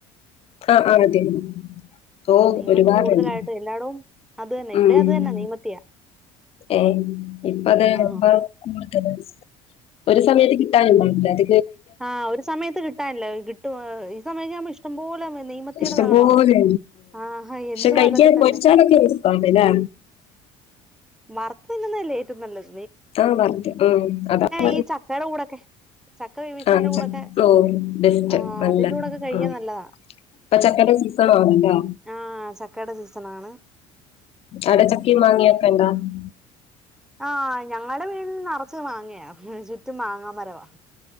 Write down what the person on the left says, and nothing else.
ആ-ആ അങ്ങനത്തെയന്നെ ഓ
ഒരുപാടണ്ട്
ഉം
ഏ ഇപ്പത്
ഇപ്പ കൂടുതലാ ഒരുസമയത്ത് കിട്ടാന്ണ്ടാവില്ലാത്
ഇഷ്ടംപോലെ
പക്ഷെ
കഴിക്കാൻ
പൊരിച്ചാലൊക്കെ ഉസ്‌പ്പാവുണ്ട് ലെ
ആഹ് വറ്ത്ത് ഉം അതാ <inaudible>
ആ ചക്ക
ഓ ഡേറ്റ്
നല്ല
ഉം
പ്പച്ചക്കെടെ സീസണാണ് ട്ടാ
അടച്ചക്കയുംമാങ്ങയും ഒക്കെണ്ടാ ഉം